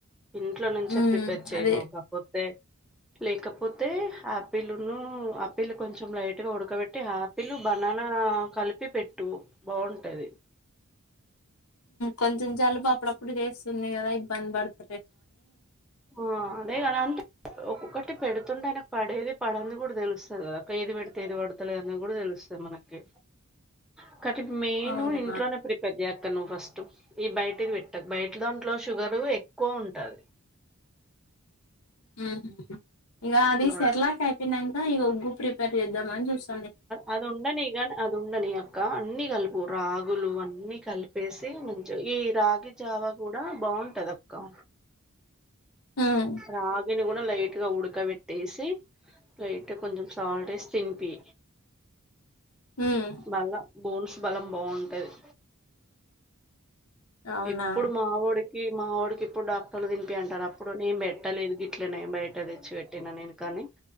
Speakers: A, in the centre; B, on the left.
A: ఇంట్లో నుంచే
B: మ్మ్
A: ప్రిపేర్ చెయ్యి
B: అదే
A: నువ్వు కాకపోతే లేకపోతే ఆపిల్ను ఆపిల్ కొంచెం లైట్ గా ఉడకబెట్టి ఆపి పిల్లు బనానా కలిపి పెట్టు బాగుంటుంది
B: కొంచెం జలుపు అప్పుడప్పుడు చేస్తుంది కదా ఇబ్బంది పడుతుంది
A: ఆ అదేగాద అంతే ఒక ఒకటి పెడుతుంటే పడేది పడనిది కూడా తెలుస్తుంది కదా ఏది పెడితే ఏది పడుతులేదని కూడా తెలుస్తుంది మనకి ఒకటి మెయిను
B: అవునా
A: ఇంట్లోనే ప్రిపేర్ చేస్తా నువ్వు ఫస్ట్ ఈ బయటిది పెట్టకు బయటి దాంట్లో షుగర్ ఎక్కువ ఉంట టది
B: ఉ ఇగ అది
A: బయ్
B: సర్లాకె అయిపోయినాకా ఈగ ఉగ్గు ప్రిపేర్ చేద్దామ అనీ చూస్త
A: అది ఉండనీ అది ఉండనీ అక్క అన్ని కలిపు రాగులు అన్నీ కలిపేసి మంచి ఈ రాగి జావా కూడా బాగుంటది అక్క
B: మ్మ్
A: రాగను కూడా లైట్ గా ఉడకబెట్టేసి లైట్ కొంచెం సాల్ట్ వేసి తినిపి
B: మ్మ్
A: బాల బోన్స్ బలం బాగుంటది
B: అవునా
A: ఇప్పుడు మా వాడికి ఈ మా డికి ఇప్పుడు డాక్టర్లు తినింపి అంటారు అప్పుడు నేను పెట్టలేదు గ ఇట్లే న బయట తెచ్చి పెట్టినా నేను కాని